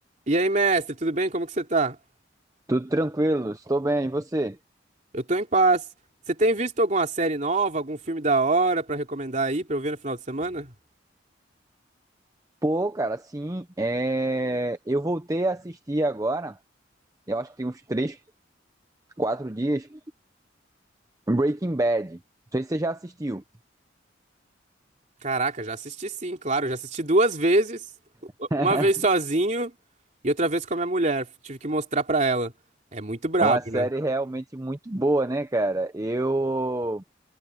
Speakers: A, on the right (about 40°); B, on the right (about 15°).
A: E aí, mestre, tudo bem? Como que você tá?
B: Tudo tranquilo, estou bem. E você?
A: Eu tô em paz. Você tem visto alguma série nova, algum filme da hora pra recomendar aí pra eu ver no final de semana?
B: Pô, cara, sim, é... eu voltei a assistir agora, eu acho que tem uns três, quatro dias, Breaking Bad. Não sei se você já assistiu.
A: Caraca, já assisti sim, claro, já assisti duas vezes, u-
B: <laughs>
A: uma vez sozinho e outra vez com a minha mulher. Tive que mostrar pra ela. É muito brabo,
B: Uma série
A: né?
B: realmente muito boa, né, cara? Eu